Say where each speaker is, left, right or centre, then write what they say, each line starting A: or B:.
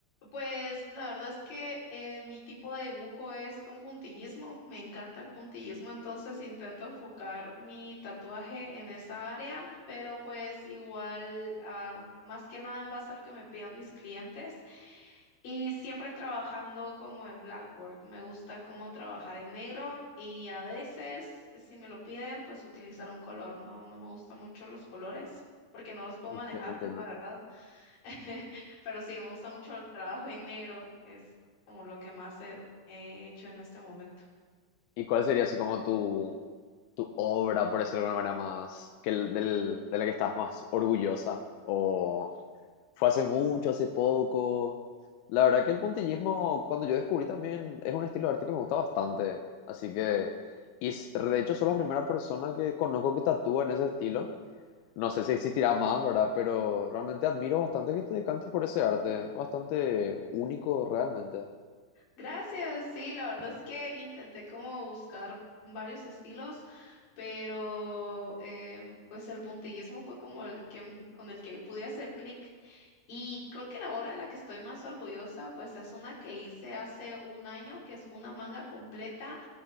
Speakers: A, on the left; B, on the left.
A: Pues la verdad es que eh, mi tipo de dibujo es con puntillismo. Me encanta el puntillismo, entonces intento enfocar mi tatuaje en esa área, pero pues igual, ah, más que nada en base a lo que me pidan mis clientes y siempre trabajando como en black work. Me gusta como trabajar en negro y a veces, si me lo piden, pues utilizar un color. No, no me gustan mucho los colores porque no los puedo
B: Entiendo,
A: manejar,
B: entiendo.
A: es la verdad. <laughs> Pero sí, me gusta mucho el trabajo en negro, es como lo que más he, he hecho en este momento.
B: ¿Y cuál sería así como tu, tu obra, por decirlo de alguna manera, más, que el- del, de la que estás más orgullosa? ¿O fue hace mucho, hace poco? La verdad que el puntillismo, cuando yo descubrí también, es un estilo de arte que me gusta bastante. Así que, y es- de hecho, soy la primera persona que conozco que tatúa en ese estilo. No sé si existirá más, ¿verdad? Pero realmente admiro bastante que te decantes por ese arte. Bastante único, realmente.
A: Gracias, sí, la verdad es que intenté como buscar varios estilos, pero eh, pues el puntillismo fue como el que m- con el que pude hacer clic. Y creo que la obra en la que estoy más orgullosa, pues es una que hice hace un año, que es una manga completa